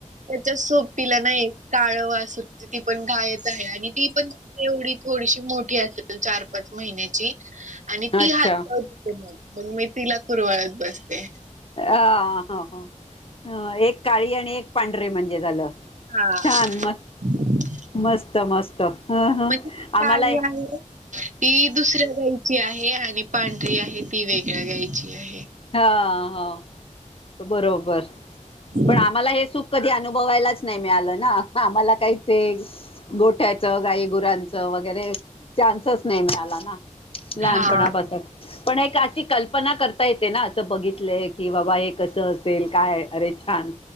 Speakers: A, on the right; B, on the left.
A: त्याच्या सोपतीला ना एक काळं वाचला ती पण घायच. होअ आणि ती पण एवढी थोडीशी मोठी असेल, चार, पाच महिन्याची आणि ती
B: अच्छा
A: हात लावेते. मग मी तिला कुरवळत बसते.
B: अ ह ह एक काळी आणिई एक पांढरे म्हणजे झालं.
A: हं,
B: छान म मस्त मस्त हम्म हम्म
A: ती काळी
B: आम्हाला एक
A: आहे ती दुसऱ्या गायची आहे आणि पांढरी आहे ती वेगळ्या गायची आहे.
B: हा हो बरोबर.
A: <inaudible>
B: पण आम्हाला हे सुख कधी अनुभवायलाच नाही मिळालं ना, आम्हाला काहीच हे गोठ्याचं गाई गुरांचं वगैरे चान्सच नाही मिळाला ना. लहानपणापासून
A: हा
B: पण एक अशी कल्पना कर ता येते ना असं बघितले की बाबा हे कसं असेल काय अरे छान